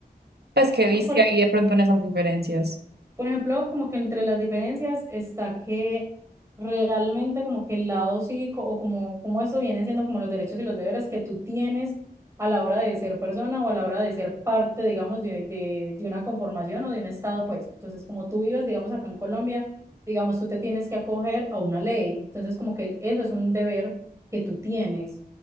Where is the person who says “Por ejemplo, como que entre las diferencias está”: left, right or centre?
Right